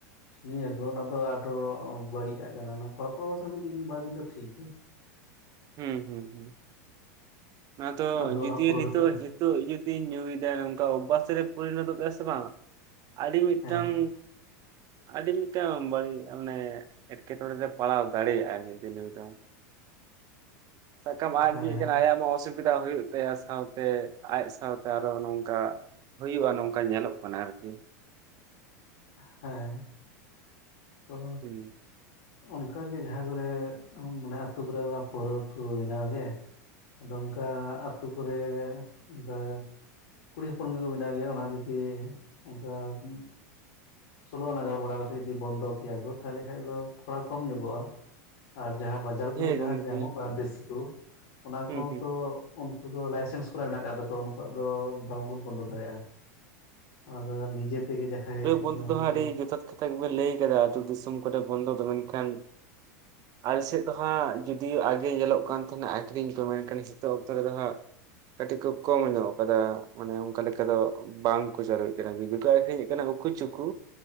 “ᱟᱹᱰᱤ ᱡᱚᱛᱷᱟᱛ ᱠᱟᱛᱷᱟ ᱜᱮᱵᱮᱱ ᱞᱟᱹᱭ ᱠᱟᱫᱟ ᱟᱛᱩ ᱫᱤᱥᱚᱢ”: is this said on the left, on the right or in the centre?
Right